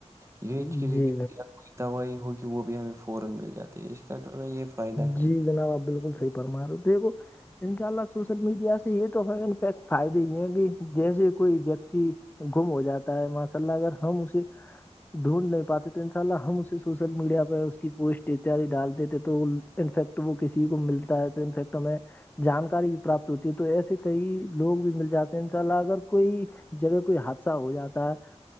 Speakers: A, on the right; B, on the left.
A: یہ
B: ہیں
A: چیزیں
B: جی
A: دوائی ہو گی وہ بھی ہمیں فورا مل جاتی ہے اس کا یہ فائدہ ہے
B: جی جناب آپ بالکل صحی فرما رہے ہو دیکھو ان شاء اللہ سوشل میڈیا سے یہ تو ہمیں انپیکٹ فائدے ہی ہیں کہ جیسے کوئی ویکتی گم ہو جاتا ہے ماشاء اللہ اگر ہم اسے ڈھونڈ نہیں پاتے تو ان شاء اللہ ہم اسے سوشل میڈیا پہ اس کی پوسٹ اتیاد ڈال دیتے تو انفیکٹ وہ کسی کو ملتا ہے تو انفیکٹ ہمیں جانکاری بھی پراپت ہوتی ہے تو ایسے کئی لوگ بھی مل جاتے ہیں ان شاء اللہ اگر کوئی جبہ کوئی حادثہ ہو جاتا ہے